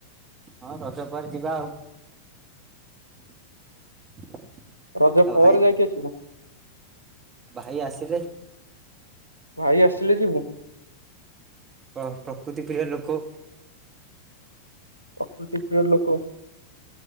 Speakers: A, on the right; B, on the left.
A: ହଁ ରଜ ପରେ ଯିବା ଆଉ <inaudible>
B: ରଜ
A: ଆଉ
B: ପରେ ଯାଇକି ଆସିବ
A: ଉ ଭାଇ ଆସିଲେ
B: ଭାଇ ଆସିଲେ ଯିବୁ
A: ପ ପ୍ରକୃତି ପ୍ରିୟ ଲୋକ
B: ପ୍ରକୃତି ପ୍ରିୟ ଲୋକ